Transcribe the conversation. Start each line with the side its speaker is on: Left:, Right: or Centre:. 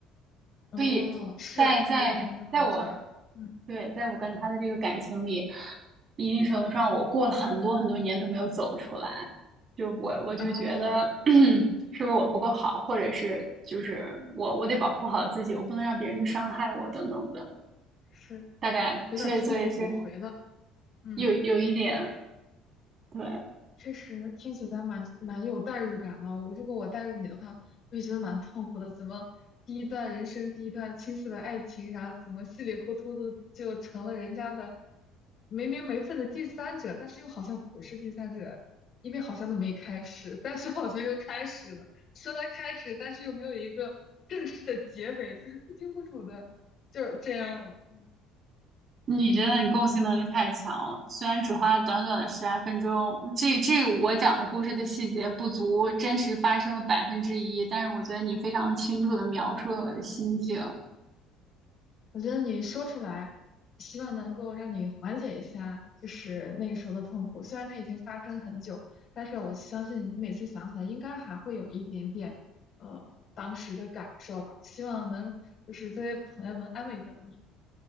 Left: 哦，
Right: 所以在在在我
Left: 是我懂那种感觉，嗯
Right: 对，在我跟他的这个感情里，一定程度上，
Left: 嗯
Right: 我过了很多很多年都没有走出来。就我我就觉得
Left: 啊，
Right: <clears throat> 是不是我不够好，或者是就是我我得保护好自己，我不能让别人去伤害我等等的。
Left: 是
Right: 大概，
Left: 有点痛入骨髓了，
Right: 所以所以是
Left: 嗯。
Right: 有有一点，对，
Left: 确实听起来蛮蛮有代入感嘛。我如果我代入你的话，我也觉得蛮痛苦的。怎么第一段人生第一段青涩的爱情，然后怎么稀里糊涂的就成了人家的没名没分的第三者，但是又好像不是第三者，因为好像都没开始，但是好像又开始了。说他开始，但是又没有一个正式的结尾，就是不清不楚的，就是这样的。
Right: 你真的你共情能力太强了。虽然只花了短短的十来分钟，这这我讲的故事的细节不足真实发生的百分之一，但是我觉得你非常清楚地描述了我的心境。
Left: 我觉得你说出来，希望能够让你缓解一下，就是那个时候的痛苦。虽然它已经发生很久，但是我相信你每次想起来，应该还会有一点点，呃，当时的感受吧。希望能就是这些朋友能安慰到你。